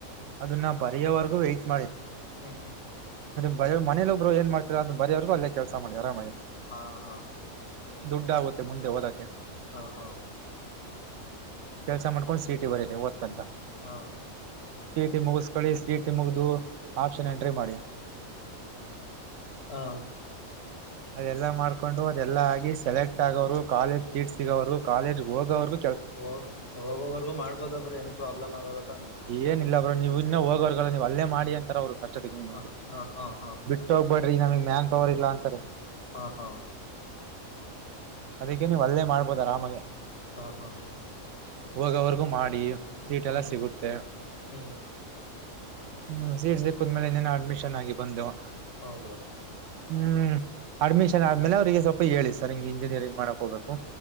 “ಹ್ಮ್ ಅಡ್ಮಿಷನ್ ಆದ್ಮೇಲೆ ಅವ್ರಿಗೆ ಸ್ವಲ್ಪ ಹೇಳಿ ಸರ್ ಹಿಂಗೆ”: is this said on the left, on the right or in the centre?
Right